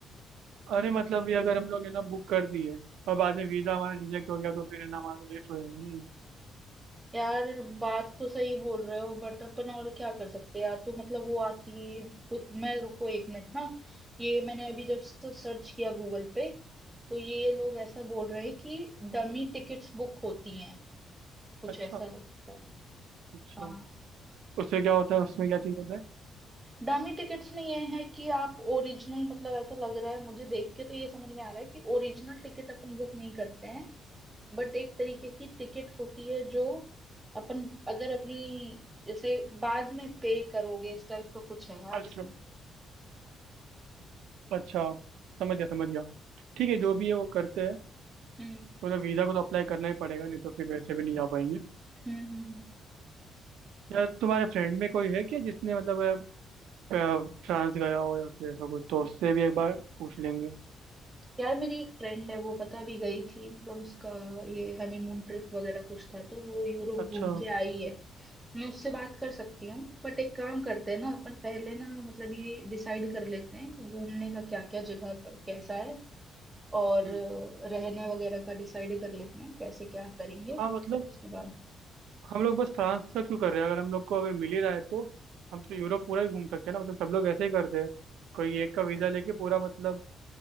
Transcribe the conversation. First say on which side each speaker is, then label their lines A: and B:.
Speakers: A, on the right; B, on the right.
A: अरे मतलब ये अगर हम लोग है ना बुक कर दिए और बाद में वीज़ा हमारा रिजेक्ट हो गया तो फिर है ना हमारा वेस्ट हो जाएगा नहीं
B: यार बात तो सही बोल रहे हो बट अपन और क्या कर सकते हैं यार तो मतलब वो आती है कुछ- मैं रुको एक मिनट ना ये मैंने अभी जस्ट सर्च किया गूगल पे तो ये लोग ऐसा बोल रहे हैं कि डमी टिकट्स बुक होती हैं कुछ
A: अच्छा
B: ऐसा लगता है
A: अच्छा
B: हाँ
A: उससे क्या होता है उसमें क्या चीज़ होता है
B: डामी टिकट्स में ये है कि आप ओरिजिनल मतलब ऐसा लग रहा है मुझे देख के तो ये समझ में आ रहा है कि ओरिजिनल टिकट अपन बुक नहीं करते हैं बट एक तरीके की टिकट होती है जो अपन अगर अपनी जैसे बाद में पे करोगे इस टाइप का कुछ है यार
A: अच्छा
B: इसमें
A: अच्छा समझ गया समझ गया ठीक है जो भी है वो करते हैं
B: हम्म
A: तो मतलब वीज़ा को तो अप्लाई करना ही पड़ेगा नहीं तो फिर वैसे भी नहीं जा पाएंगे
B: हम्म हम्म हम्म
A: यार तुम्हारे फ्रेंड में कोई है क्या जिसने मतलब अ, प- फ्रांस गया हो या फिर ऐसा कुछ तो उससे भी एक बार पूछ लेंगे
B: यार मेरी एक फ्रेंड है वो पता भी गई थी मतलब उसका ये हनीमून ट्रिप वगैरह कुछ था तो वो यूरोप
A: अच्छा
B: घूम के आई है मैं उससे बात कर सकती हूँ बट एक काम करते हैं ना अपन पहले ना मतलब ये डिसाइड कर लेते हैं कि घूमने का क्या क्या जगह क- कैसा है और
A: हम्म।
B: अ, रहने वगैरह का डिसाइड कर लेते हैं कैसे क्या करेंगे
A: हाँ मतलब
B: फिर उसके बाद
A: हम लोग बस फ्रांस का क्यों कर रहे हैं अगर हम लोग को अगर मिल ही रहा है तो हम तो यूरोप पूरा ही घूम सकते हैं ना मतलब सब लोग ऐसे ही करते हैं कोई एक का वीज़ा लेके पूरा मतलब